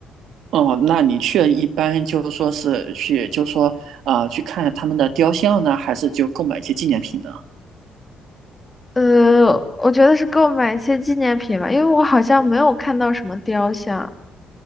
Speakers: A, on the right (about 80°); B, on the left (about 20°).
A: 哦，那你去一般就是说是去，就是说啊、呃去看他们的雕像呢，还是就购买一些纪念品呢？
B: 呃，我觉得是购买一些纪念品吧，因为我好像没有看到什么雕像。